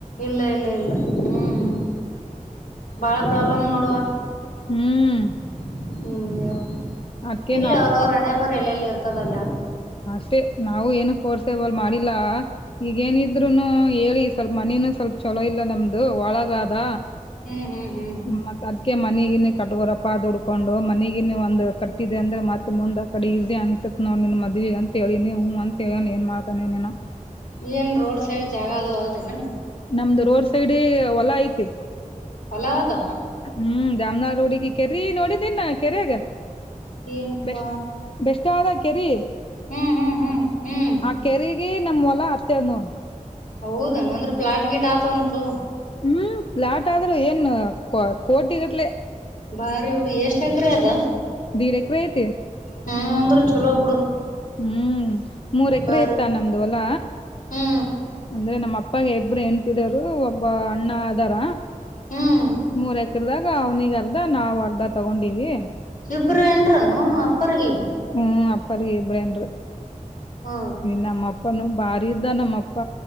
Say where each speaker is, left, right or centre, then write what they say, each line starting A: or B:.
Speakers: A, on the left (about 80°); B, on the left (about 40°).
A: ಇಲ್ಲ ಇಲ್ಲ ಇಲ್ಲ ಹ್ಮ್. ಬಾಳ ಪ್ರಾಬ್ಲಮ್
B: ಅದ್
A: ನೋಡವಾ
B: ಹ್ಮ್
A: <unintelligible>
B: ಅದ್ಕೆ
A: ಇರ್ಲಿ ಅವ್ರ್ ಅವ್ರ್ ಹಣೆಬರಹ ಎಲ್ಲೆಲ್ಲಿ ಇರತ್ತ್ ತವಲ್ಲ
B: ಅಷ್ಟೆ ನಾವು ಏನು ಫೋರ್ಸೇಬಲ್ ಮಾಡಿಲ್ಲಾ ಈಗೇನಿದ್ರುನು ಹೇಳಿ ಸ್ವಲ್ಪ್ ಮನಿನು ಸ್ವಲ್ಪ್ ಚಲೋ ಇಲ್ಲ ನಮ್ದು ಒಳಗಾದ
A: ಹ್ಮ್ ಹ್ಮ್ ಹ್ಮ್
B: ಮತ್ತಾದ್ ಅದ್ಕೆ ಮನಿಗಿನಿ ಕಟ್ಕೊರಪ್ಪ ದುಡ್ಕೊಂಡು ಮನಗಿನಿ ಒಂದ್ ಕಟ್ಟಿದೆ ಅಂದ್ರೆ ಮತ್ ಮುಂದ್ ಆಕಡೆ ಈಸಿ ಅನ್ಸತ್ ನೋಡ್ ನೀನ್ ಮದ್ವಿ ಅಂತೆಳಿನಿ ಹೂಂ ಅಂತ ಹೇಳ್ಯಾನ್ ಏನ್ ಮಾಡ್ತಾನೋ ಏನೋ
A: ಏನ್ ರೋಡ್ ಸೈಡ್ ಜಾಗ ಅದು ಹೌದೇನು
B: ನಮ್ದು ರೋಡ್ ಸೈಡಿಗ್ ಹೊಲ ಐತಿ
A: ಹೊಲ ಅದ
B: ಹ್ಮ್ ಜಾಮನಗರ ಹುಡುಗಿಕ್ ಅದ ಕೀ ನೋಡಿದಿನ್ ನಾ ಕೆರ್ಯಾಗ
A: ಏನಪ್ಪಾ
B: ಬೆಸ್ಟ್ ಬೆಸ್ಟ್ ಆದ ಕೆರಿ
A: ಹ್ಮ್ ಹ್ಮ್ ಹ್ಮ್ ಹ್ಮ್
B: ಆ ಕೆರೆ ಏ ನಮ್ ಹೊಲ ಅಷ್ಟೇ ಅದ್ ನೋಡ್
A: ಹೌದೇನಾ ಅಂದ್ರೆ ಪ್ಲಾಟ್ ಗೀಟ್ ಆತ ಒಂಚೂರ್
B: ಹ್ಮ್ ಪ್ಲಾಟ್ ಆದ್ರು ಏನು ಕೋಟಿಗಟ್ಲೆ
A: ಬಾರಿ ಹುಡುಗಿ ಎಷ್ಟ್ ಚಕರಿಯದ
B: ದೀರೆಕ್ವ ಐತಿ
A: ಹ್ಮ್ ಅಂದರು ಚಲೋ ಬಿಡು
B: ಹ್ಮ್ ಮೂರ್ ಎಕರೆ
A: ಬಾರಿ
B: ಇತ್ತ ನಮ್ದು ಹೊಲ
A: ಹ್ಮ್
B: ಅಂದ್ರೆ ನಮ್ಮ ಅಪ್ಪಾಗೆ ಇಬ್ರು ಹೆಂಡ್ತಿದರು ಒಬ್ ಬ್ಬ ಅಣ್ಣ ಅದಾರ
A: ಹ್ಮ್
B: ಮೂರ್ ಎಕ್ರ್ ದಾಗ್ ಈಗ ಅವ್ನಿಗ್ ಅರ್ಧ ನಾವು ಅರ್ಧ ತಗೊಂಡಿವಿ
A: ಇಬ್ರು ಹೆಂಡ್ರೆನು ಅಪ್ಪರ್ಗೆ
B: ಹ್ಮ ಅಪ್ಪಾರಿಗೆ ಇಬ್ರ್ ಹೆಂಡ್ರು
A: ಹೋ
B: ಈ ನಮ್ಮ ಅಪ್ಪನೂ ಭಾರಿ ಇದ್ದ ನಮ್ಮಪ್ಪ